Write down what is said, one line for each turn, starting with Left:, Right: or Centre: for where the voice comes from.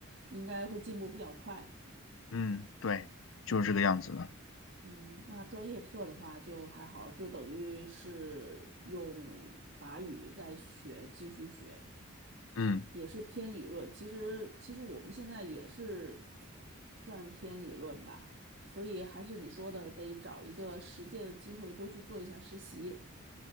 Right: 应该会进步比较快。
Left: 嗯对，就是这个样子的。
Right: 嗯，那专业课的话就还好，就等于是用法语在学，继续学，
Left: 嗯。
Right: 也是偏理论。其实，其实我们现在也是算偏理论吧，所以还是你说的，得找一个实践的机会，多去做一下实习。